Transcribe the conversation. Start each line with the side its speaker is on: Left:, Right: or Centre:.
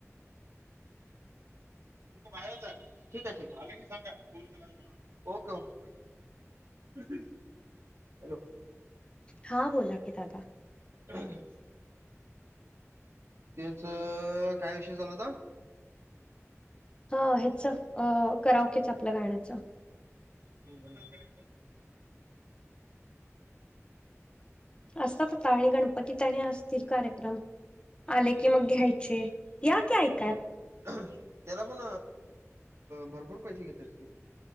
Right: आम्ही तर बाहेरच आहे ठीक आहे ठीक आहे आले की सांगा, फोन करालो म्हणून. Okay okay. हॅलो
Left: हां बोला की दादा.
Right: <unintelligible> तेच काय विषय चालू होता?
Left: अ हेच अ कराओकेच आपलं गाण्याचं.
Right: हम्म हम्म.
Left: असतात आता आणि गणपती त आणि असतील कार्यक्रम आले की मग घ्यायचे. याक्यात
Right: हो त्याला पण भरपूर पैसे घेतात की.